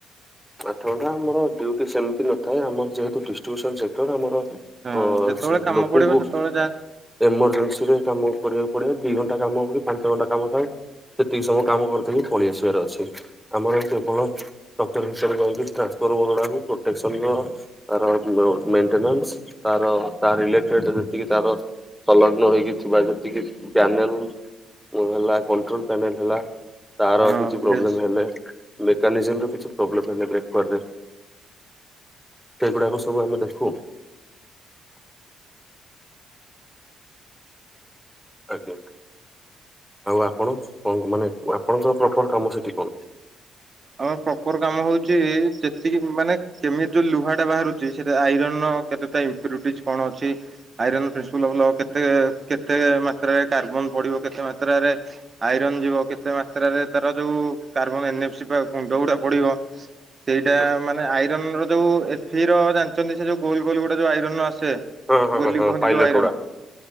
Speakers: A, in the centre; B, on the right (about 35°).
A: ଆଠ ଘଣ୍ଟା ଆମର ଡିଉଟି ସେମିତି ନଥାଏ ଆମର ଯେହେତୁ ଡିଷ୍ଟ୍ରିବ୍ୟୁସନ ସେକ୍ଟର ଆମର
B: ହଁ
A: ଅ
B: ଯେତେବେଳେ
A: ସେ
B: କାମ
A: ଲୋକଙ୍କୁ
B: ପଡିବ ସେତେବେଳେ ଯାହା
A: ଏମରଜେନ୍ସିରେ କାମ କରିବାକୁ ପଡେ ଦି ଘଣ୍ଟା କାମକୁ ବି ପାଞ୍ଚ ଘଣ୍ଟା କାମ ଥାଏ। ସେତିକି ସମୟ କାମ କରିଦେଇକି ପଳେଇ ଆସିବାର ଅଛି ଆମର କେବଳ <inaudible> ଟ୍ରାନ୍ସଫର୍ମ ପଡିଲାନି ପ୍ରୋଟେକ୍ସନ ର ତାର ମେଣ୍ଟେନାନ୍ସ ତାର ତା ରିଲେଟେଡ ଯେତିକି ତାର ସଂଲଗ୍ନ ହେଇକି ଥିବା ଯେତିକି ଚ୍ୟାନେଲ ଉଁ ହେଲା କଟ୍ରୋଲ ପେମେଣ୍ଟ ହେଲା ତାର
B: ହଁ
A: କିଛି ପ୍ରୋବ୍ଲେମ ହେଲେ ମେକାନିଜିମ ର କିଛି ପ୍ରୋବ୍ଲେମ ହେଲେ ବ୍ରେକ୍ ରେ ତ ଏଗୁଡାକୁ ସବୁ ଆମେ ଦେଖୁ। ଆଜ୍ଞା ଆଉ ଆପଣ କଣ ମାନେ ଆପଣଙ୍କର ପ୍ରପର କାମ ସେଠି କଣ?
B: ଆମର ପ୍ରପର କାମ ହଉଛି ଯେତିକି ମାନେ କେମିତି ଯୋଉ ଲୁହା ଟା ବାହାରୁଛି ସେଟା ଆଇରନ କେତେ ତା ଇମ୍ପ୍ୟୁରିଟିଜ କଣ ଅଛି। ଆଇରନ୍ ପ୍ରିନ୍ସିପଲ କେତେ କେତେ ମାତ୍ରାରେ କାର୍ବନ ପଡିବ କେତେ ମାତ୍ରାରେ ଆଇରନ୍ ଯିବ କେତେ ମାତ୍ରାରେ ତାର ଯୋଉ କାର୍ବନ ଏନେପ ସିପ ବା ଗୁଣ୍ଡ ଗୁଡା ପଡିବ ସେଇଟା
A: କଣ?
B: ମାନେ ଆଇରନ ର ଯୋଉ ଏ ଫୀର ଜାଣିଛନ୍ତି ସେ ଯୋଉ ଗୋଲ୍ ଗୋଲ୍ ଗୋଟେ ଯୋଉ ଆଇରନରୁ ଆସେ?
A: ହଁ ହଁ
B: ଗୋଲି
A: ହଁ ହଁ
B: କୁହନ୍ତି
A: ପାଇଲଟ
B: ଯୋଉ ଆଇରନ୍
A: ଗୁଡା